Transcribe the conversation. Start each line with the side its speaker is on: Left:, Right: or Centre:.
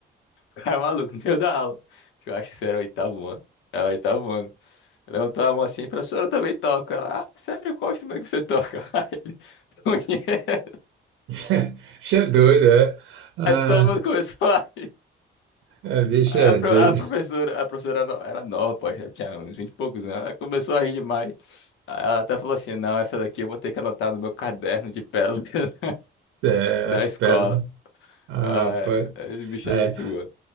Left: o cara é maluco, no meio da aula. que Eu acho que isso era o oitavo ano. É o oitavo ano. Levantou a mão assim, professora, eu também toco. Ela, ah, sério, qual instrumento que você toca? <laughs> Aí ele, "Punheta."
Right: <laughs> Bicho é doido, é? Ah,
Left: Aí todo mundo começou a. rir.
Right: é, bicho
Left: Aí
Right: é
Left: A, pro-
Right: doido.
Left: a professora, a professora no- era nova, pô, já tinha uns 20 e poucos anos. Ela começou a rir demais. Aí Ela até falou assim: não, essa daqui eu vou ter que anotar no meu caderno de pérolas <laughs>
Right: É,
Left: da
Right: as
Left: escola.
Right: pernas. Ah,
Left: Ah,
Right: rapaz.
Left: esse bicho
Right: É,
Left: é gente boa.